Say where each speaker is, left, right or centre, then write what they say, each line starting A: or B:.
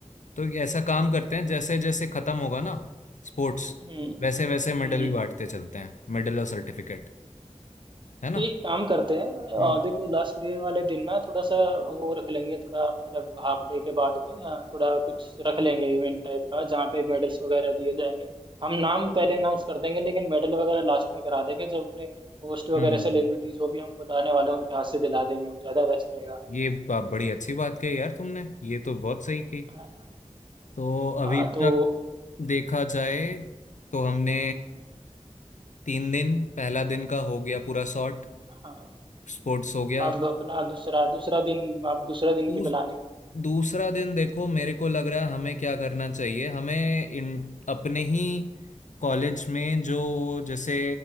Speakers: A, on the left; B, on the right.
A: तो ऐसा काम करते हैं जैसे जैसे खत्म होगा ना स्पोर्ट्स
B: हम्म
A: वैसे वैसे मेडल
B: हम्म
A: भी बांटते चलते हैं मेडल और सर्टिफिकेट है ना
B: तो एक काम करते हैं
A: हम्म
B: अ, देखो लास्ट डे वाले दिन ना थोड़ा सा वो रख लेंगे थोड़ा मतलब हाफ डे के बाद में अ, थोड़ा कुछ रख लेंगे इवेंट टाइप का जहाँ पे मेडल्स वगैरह दिए जाएंगे हम नाम पहले अनाउंस कर देंगे लेकिन मेडल वगैरह लास्ट में करा देंगे जो अपने होस्ट वगैरह
A: हम्म
B: सेलिब्रिटीज जो भी हम बुलाने वाले हैं उनके हाथ से दिला देंगे वो ज़्यादा बेस्ट रहेगा
A: ये बा- बड़ी अच्छी बात कही यार तुमने ये तो बहुत सही की
B: है ना
A: तो
B: हाँ
A: अभी
B: तो
A: तक देखा जाए तो हमने तीन दिन पहला दिन का हो गया पूरा सॉर्ट
B: हाँ
A: स्पोर्ट्स हो गया
B: अब अपना दूसरा दूसरा दिन आप दूसरा दिन
A: दूस,
B: की प्लानिंग
A: दूसरा दिन देखो मेरे को लग रहा है हमें क्या करना चाहिए हमें इन अपने ही कॉलेज में जो जैसे